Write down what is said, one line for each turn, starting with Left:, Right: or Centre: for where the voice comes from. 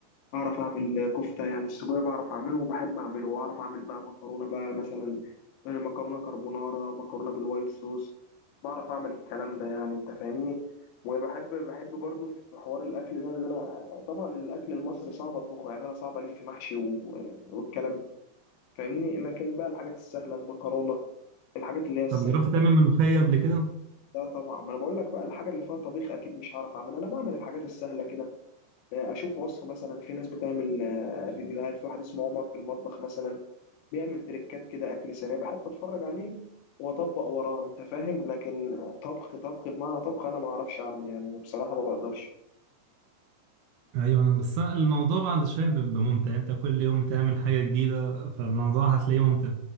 Left: أعرف أعمل كفتة يعني السجق بعرف أعمله وبحب أعمله وأعرف أعمل بقى مكرونة بقى مثلا آه، مكرونة كربونارا مكرونة بالوايت صوص بعرف أعمل الكلام ده يعني أنت فاهمني وبحب بحب برضه في حوار الأكل ده إن أنا طبعا الأكل المصري صعب أطبخه يعني أنا صعب ألف محشي و- والكلام ده، فاهمني لكن بقى الحاجات السهلة المكرونة الحاجات اللي هي السريعة
Right: طب جربت تعمل ملوخية قبل كده
Left: ده طبعا ما أنا بقول لك بقى الحاجة اللي فيها طبيخ أكيد مش هعرف أعملها أنا بعمل الحاجات السهلة كده اشوف وصفه مثلا في ناس بتعمل آه، فيديوهات في واحد اسمه عمر في المطبخ مثلا بيعمل تريكات كده اكل سريع بحب اتفرج عليه واطبق وراه انت فاهم لكن آه، طبخ طبخ بمعنى طبخ انا ما اعرفش اعمل يعني بصراحه ما بقدرش
Right: ايوه انا بس أنا الموضوع بعد شويه بيبقى ممتع انت كل يوم بتعمل حاجه جديده فالموضوع هتلاقيه ممتع